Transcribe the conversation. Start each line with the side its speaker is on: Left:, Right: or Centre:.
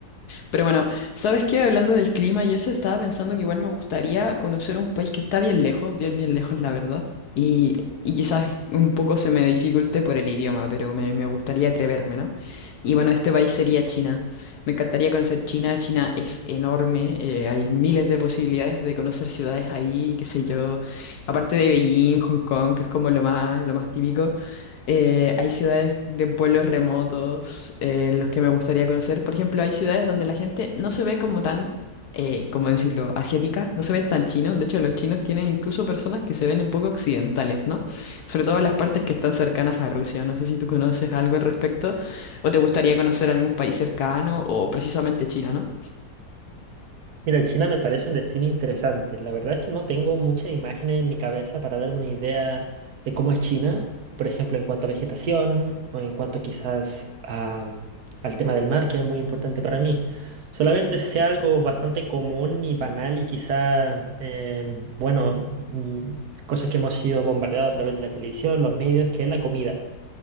Left: Pero bueno, ¿sabes qué? Hablando del clima y eso, estaba pensando que igual me gustaría conocer un país que está bien lejos, bien, bien lejos, la verdad. Y, y quizás un poco se me dificulte por el idioma, pero me, me gustaría atreverme, ¿no? Y bueno, este país sería China. Me encantaría conocer China. China es enorme, eh, hay miles de posibilidades de conocer ciudades ahí, qué sé yo. Aparte de Beijing, Hong Kong, que es como lo más, lo más típico. Eh, hay ciudades de pueblos remotos eh, los que me gustaría conocer. Por ejemplo, hay ciudades donde la gente no se ve como tan, eh, ¿cómo decirlo?, asiática, no se ven tan chinos. De hecho, los chinos tienen incluso personas que se ven un poco occidentales, ¿no? Sobre todo en las partes que están cercanas a Rusia. No sé si tú conoces algo al respecto o te gustaría conocer algún país cercano o precisamente China, ¿no?
Right: Mira, China me parece un destino interesante. La verdad es que no tengo muchas imágenes en mi cabeza para darme una idea de cómo es China, por ejemplo, en cuanto a vegetación o en cuanto quizás a, al tema del mar, que es muy importante para mí. Solamente sé algo bastante común y banal y quizás, eh, bueno, mm, cosas que hemos sido bombardeados a través de la televisión, los medios, que es la comida.